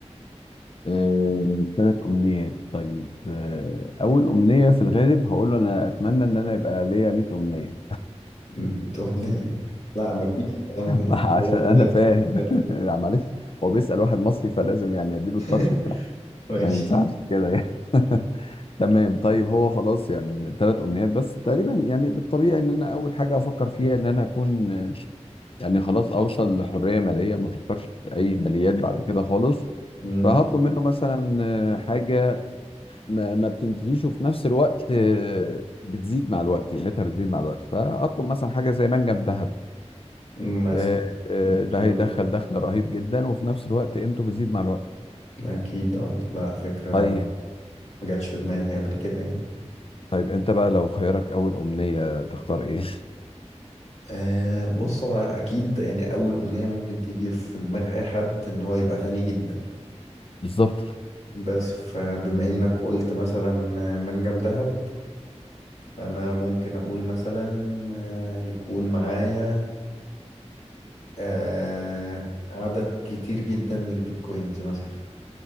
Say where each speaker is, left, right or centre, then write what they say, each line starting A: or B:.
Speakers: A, on the left; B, on the left.
A: آه، ثلاث أمنيات طيب آه، أول أمنية في الغالب هقول له أنا أتمنى إن أنا يبقى ليا 100 أمنية
B: 100 أمنية لا مفيش الكلام ده
A: <laughs> عشان
B: هو
A: أنا
B: ثلاثة
A: فاهم
B: ثلاثة.
A: <laughs> لا معلش هو بيسأل واحد مصري فلازم يعني أديله
B: <laughs>
A: التاتش بتاعه
B: ماشي
A: ما ينفعش كده يعني <laughs> تمام طيب هو خلاص يعني من ثلاث امنيات بس تقريبا يعني بالطبيعي ان انا اول حاجه افكر فيها ان انا اكون آه، يعني خلاص اوصل لحريه ماليه ما افكرش في اي ماليات بعد كده خالص
B: مم.
A: فهطلب منه مثلا آه، حاجه ما, ما بتنتهيش وفي نفس الوقت آه، بتزيد مع الوقت قيمتها بتزيد مع الوقت فاطلب مثلا حاجه زي منجم ذهب
B: مثلا
A: آه،
B: فكرة
A: آه، ده
B: حلوة
A: هيدخل
B: أوي.
A: دخل رهيب جدا وفي نفس الوقت قيمته بتزيد مع الوقت
B: أكيد اه لا فكرة
A: طيب
B: ما جاتش في دماغي قبل كده يعني
A: طيب انت بقى لو خيارك اول امنيه تختار ايه
B: آه بص هو أكيد يعني أول أمنية ممكن تيجي في دماغ أي حد إن هو يبقى غني جدا
A: بالظبط
B: بس فبما إنك قلت مثلا منجم ذهب فانا ممكن اقول مثلا آه، يكون معايا آه، عدد كتير جدا من البيتكوينز مثلا